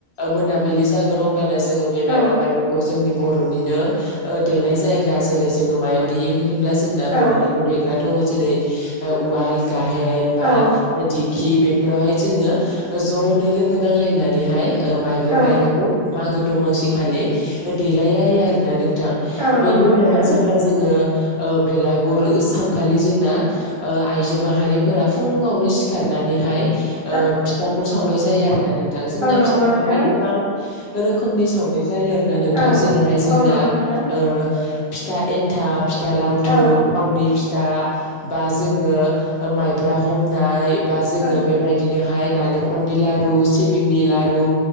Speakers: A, on the left (about 75°); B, on the right (about 35°).
A: मोनाबिलि जागोन अब अब्लाना जोङो बे माइब्रा
B: औ
A: माइरंखौ जोंनि बर'निनो ओ देनाय जायगा जेरै जोङो मायाव देयो होनोब्ला जों
B: औ
A: बर'निनो देग्रा दङ जेरै उवाल गाहेन बा
B: औ
A: दिं दिंखि बेफोरावहाय जोङो ज'नो लोगो नांलायनानैहाय ओ माइब्रा
B: औ
A: माइरंखौ मागो दमासि खालि देलायलायो आरोना नों नोंथां
B: औ नंगौ
A: बेनि उनावहाय
B: नोंथां
A: जेब्ला जोङो ओ बेलागुर बेलागुर सावखालि जोंना ओ आइजो माहारिफोरा फुङावनो सिखारनानैहाय
B: औ
A: ओ फिथाखौ सावनाय जायो आरोना नोंथां जोंना
B: औ नंगौ
A: फिथाखौहाय
B: नोंथां
A: गोबां रोखोमनि सावनाय जायो आरो ना नोंथां
B: औ
A: जेरैहाय जोंना
B: औ नंगौ नोंथां
A: ओ फिथा एन्थाप फिथा लावथुम
B: औ औ
A: थावनि फिथा बा जोङो माइब्रा हमनाय बा जोङो
B: औ
A: बेबायदिनोहाय नालेंखलनि लारु सिब सिबिंनि लारु